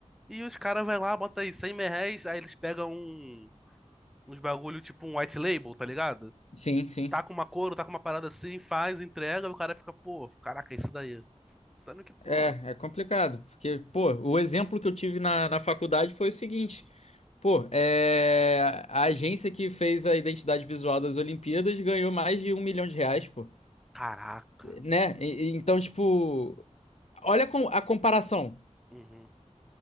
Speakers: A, in the centre; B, on the left (about 60°).
A: E os caras vai lá, bota aí 100 mil reais, aí eles pegam um, uns bagulho, tipo um white label, tá ligado?
B: Sim, sim.
A: tá com uma cor, tá com uma parada assim, faz, entrega, o cara fica, pô, caraca, é isso daí. Sendo que, pô,
B: É, é complicado. Porque, pô, o exemplo que eu tive na, na faculdade foi o seguinte. Pô, é... a agência que fez a identidade visual das Olimpíadas ganhou mais de um milhão de reais, pô.
A: caraca.
B: Né? E- e- então, tipo, olha com- a comparação.
A: Uhum,